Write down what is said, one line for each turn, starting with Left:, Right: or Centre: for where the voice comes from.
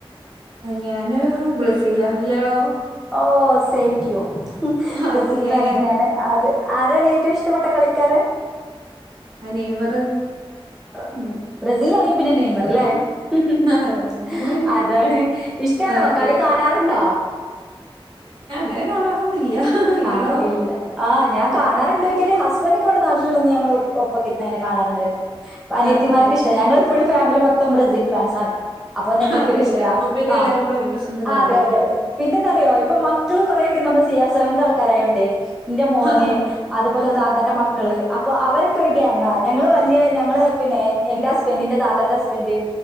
Right: ഞാന് <unintelligible>
Centre: ഓ സെയിം റ്റു യു ഹ് മ് ബ്രസീൽ
Right: അതെല്ലേ
Centre: ഫാനെനാണ് അത് ആരാണ് ഏറ്റവും ഇഷ്ടപ്പെട്ട കളിക്കാരന്
Right: ആ നെയ്മറ്
Centre: ഉം ബ്രസീൽ ആണെങ്കി പിന്നെ നെയ്മറ് ല്ലേ ഹ് ഹ്
Right: അതെ അതെ അതെ
Centre: അതാണ് ഇഷ്ടാണോ
Right: ഓക്കെ
Centre: കളി കാണാറുണ്ടോ
Right: ങ്ങനെ കാണാറൊന്നും ഇല്ല ഇയാളോ
Centre: ആ ഇല്ല ആ ഞാൻ കാണാറുണ്ടോയ്ക്കല് ഹസ്ബെന്റൊക്കെ പണ്ട് നാട്ടിള്ളന്ന് ഞങ്ങള് ഒരു ഒപ്പൊക്കിരുന്നങ്ങനെ കാണാറുണ്ടായിരുന്നു അനിയത്തിമാർക്ക്
Right: അതെല്ലേ
Centre: ഇഷ്ട ഞങ്ങള് ഫുൾ ഫാമിലി മൊത്തം ബ്രസീൽ ഫാൻസാണ് അപ്പൊ ഞങ്ങക്കൊരു
Right: അതെല്ലേ
Centre: ഇഷ്ട
Right: അപ്പൊ പിന്നെ
Centre: ആ
Right: എല്ലാരും കൂടെ ഒരുമിച്ച് ഇരുന്ന് കാണാലോ
Centre: അതെ അതെ പിന്നെ എന്താറിയോ ഇപ്പൊ മക്കള് കൊറെയൊക്കെ നമ്മ സിയാ സെവെന്ത് പറയുണ്ടേ ന്റെ മോന്
Right: അതെ
Centre: അതുപോലെ
Right: ആ
Centre: താത്താന്റെ മക്കള് അ അവരൊക്കെ ഒരു ഗ്യാങാ ഞങ്ങള് വലിയ ഞങ്ങള് പിന്നെ എന്റെ ഹസ്ബന്റിന്റെ താത്താന്റെ ഹസ്ബന്റ്